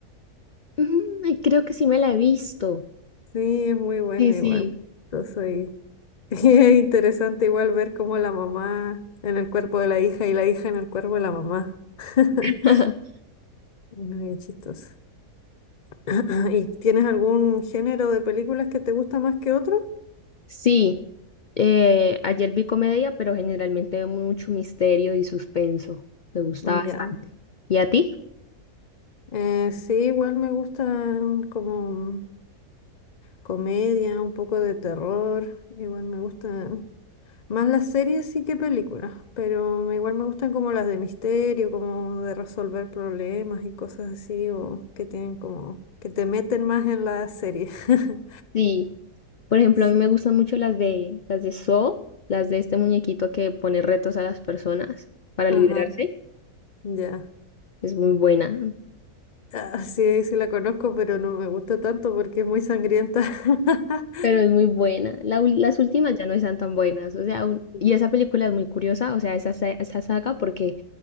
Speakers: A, on the left; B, on the left.
A: Ujú, ay, creo que sí me la he visto.
B: Sí, es muy buena
A: Sí, sí.
B: igual. Yo soy <laughs> Es interesante igual ver cómo la mamá en el cuerpo de la hija y la hija en el cuerpo de la mamá. <laughs>
A: <laughs>
B: Muy chistoso. <clears throat> ¿Y tienes algún género de películas que te gusta más que otro?
A: Sí, eh, ayer vi comedia, pero generalmente veo mucho misterio y suspenso. Me gusta bastante.
B: Ya.
A: ¿Y a ti?
B: Eh, sí, igual me gustan como comedia, un poco de terror, igual me gusta. Más las series sí que películas, pero igual me gustan como las de misterio, como de resolver problemas y cosas así, o que tienen como, que te meten más en la serie. <laughs>
A: Sí. Por ejemplo,
B: Sí.
A: a mí me gustan mucho las de las de Saw, las de este muñequito que pone retos a las personas para
B: Ajá,
A: liberarse.
B: ya.
A: Es muy buena,
B: Ah, sí, sí la conozco, pero no me gusta tanto porque es muy sangrienta. <laughs>
A: pero es muy buena. La ul- las últimas ya no están tan buenas, o sea, un-
B: Sí.
A: y esa película es muy curiosa, o sea, esa sa- esa saga porque